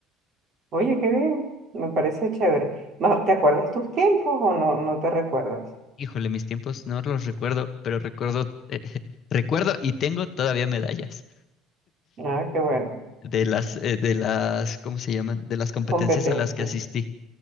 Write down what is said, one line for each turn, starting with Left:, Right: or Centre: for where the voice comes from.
Right: Oye, qué bien, me parece chévere. Ma- ¿Te acuerdas tus tiempos o no, no te recuerdas?
Left: Híjole, mis tiempos no los recuerdo, pero recuerdo, eh, <laughs> recuerdo y tengo todavía medallas
Right: Ah, qué bueno,
Left: de las, eh, de las, ¿cómo se llaman? De las competencias
Right: competencia.
Left: a las que asistí.